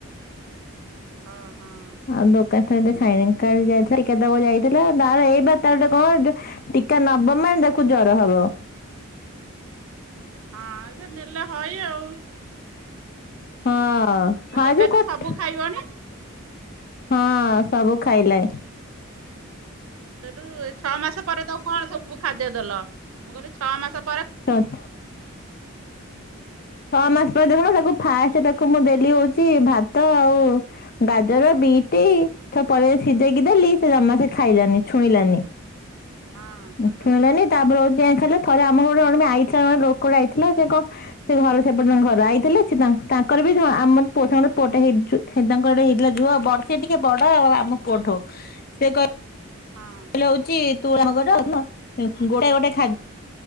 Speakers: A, on the right (about 80°); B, on the left (about 45°).
A: ହଁ ହଁ।
B: ଆଉ ଦୋକାନ ଥ ଏବେ ଖାଇନି କାଲି ଯାଇଥିଲା ଟିକା ଦବାକୁ ଯାଇଥିଲା ବାହାର ଏଇ ପା ତାର ଗୋଟେ କଣ ଯୋଉ ଟିକା ନବ ମାନେ ତାକୁ ଜର ହବ।
A: ହଁ ସେ ନେଲେ ହଇ ଆଉ।
B: ହଁ
A: ଆଉ
B: ସାର
A: ଏବେ
B: ଯୋଉ
A: ତ
B: କଥୁ
A: ସବୁ ଖାଇବଣି
B: ହଁ ସବୁ ଖାଇଲେ।
A: ସେଠୁ ଏଇ ଛଅ ମାସ ପରେ ତାକୁ କଣ ସବୁ ଖାଦ୍ୟ ଦେଲ ମୁଁ କହିଲି ଛଅ ମାସ ପରେ
B: ଛଅ ମାସ ପରେ ଦେଖୁନ ତାକ ଫାଷ୍ଟେ ତାକୁ ମୁଁ ଦେଲି ହୋଉଚି ଭାତ ଆଉ ଗାଜର ବିଟି ତାପ ସିଝେଇକି ଦେଲି ସେ ଜମା ସେ ଖାଇଲାନି ଛୁଇଁଲାନି।
A: ହଁ ସେଠୁ
B: ମୁଠେ ହେଲାନି ତାପରେ ଆଉ ଆଇଁ କିଏ ଖାଇଲେ। ଥରେ ଆମ ଘଡୁକୁ ତୁମେ ଆଇଥିଲା ଜଣେ ଲୋକଟା ଆଇଥିଲା ସେ କଣ ସେ ଘର ସେପଟେ ତାଙ୍କ ଘର। ଆଇଥିଲେ ସିଏ ତା ତାଙ୍କର ବୀ ଧ-ଆମର ପୁଅ ସାଙ୍ଗରେ ଗୋଟେ ପୁଅଟେ ହେଇ ଚୁ-ହେଇ ତାଙ୍କର ହେଇଥିଲା ଝୁଅ ବର୍ଷେ ଟିକେ ବଡ ଆମ ପୁଅଠୁ। ସେ କ
A: ହଁ
B: ହିଲା ହଉଚି ତୁ ଆମ ଘର <inaudible> ଏ ଉଁ, ଗୋଟେ ଗୋଟେ ଖାଦ